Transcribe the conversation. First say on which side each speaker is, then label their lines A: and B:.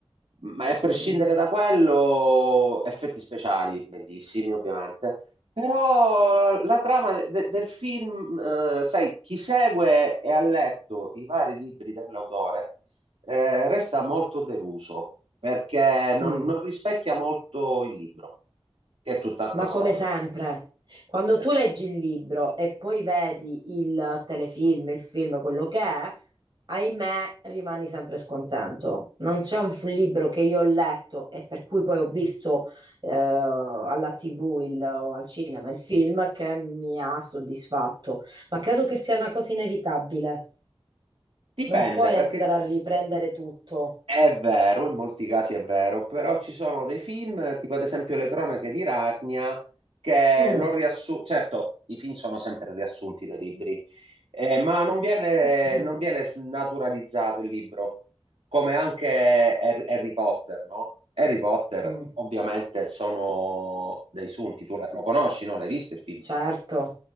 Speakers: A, on the right (about 75°); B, on the right (about 50°).
A: Ma a prescindere
B: Mm.
A: da quello, effetti speciali, bellissimi ovviamente, però la, la trama de- de- del film, eh, sai, chi segue e ha letto i vari libri dell'autore, eh, resta molto deluso perché non,
B: Mm.
A: non rispecchia molto il libro, che è tutt'altra
B: Ma
A: storia.
B: come sempre, quando
A: Eh,
B: tu leggi il libro e poi vedi il telefilm, il film, quello che è, ahimè, rimani sempre scontento. Non c'è un f- libro che io ho letto e per cui poi ho visto eh, alla TV il- o al cinema il film che mi ha soddisfatto. Ma credo che sia una cosa inevitabile.
A: Dipende,
B: Non puoi
A: perché
B: andare a riprendere tutto.
A: È vero, in molti casi è vero, però ci sono dei film, tipo ad esempio Le cronache di Narnia, che
B: Mm.
A: lo riassunto. Certo, i film sono sempre riassunti dai libri, eh, ma non viene,
B: <clears throat>
A: non viene snaturalizzato il libro, come anche Har- Harry Potter, no? Harry Potter,
B: Mm,
A: ovviamente, sono dei sunti, tu la- lo conosci, no? L'hai visto il film?
B: Certo.